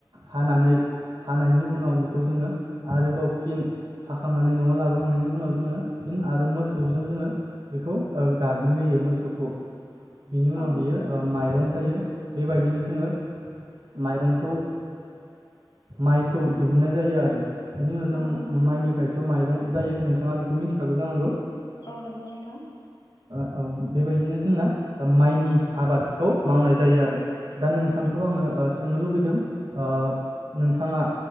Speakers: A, on the right; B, on the left.
A: हानानै हानायनि उनाव बिखौ जोङो आरोबाव फिन हाखांनानै नआव लाबोखांनायनि उनाव जोंङो फि आरो मोसौजों जोङो बेखौ गाग्लि होयो मोसौखौ बिनि उनाव
B: औ
A: बियो
B: नंगौ नोंथां
A: माइरं जायो। बेबायदिनो जोङो माइरंखौ माइखौ दिहुननाय जायो आरो बिनि उनाव जों
B: औ नंगौ नोंथां
A: माइनिफ्रायथ माइरं जायो नोंथ नोंथाङा बेखौ मिन्थिखागौ जानांगौ
B: औ नंगौ नोंथां
A: औ बेबायदिनो जोंना माइनि आबादखौ मावनाय जायो आरो दा नोंथांखौ
B: औ
A: आङो सोंनो लुबैदों ओ नोंथाङा